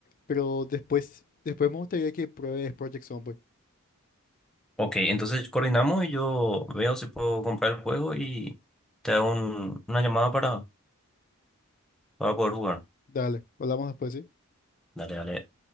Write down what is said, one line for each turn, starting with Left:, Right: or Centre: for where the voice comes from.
Left: pero después, después me gustaría que pruebes Project Zomboid.
Centre: ok, entonces coordinamos y yo veo si puedo comprar el juego y te hago un- una llamada para, para poder jugar.
Left: Dale, hablamos después, ¿sí?
Centre: Dale, dale.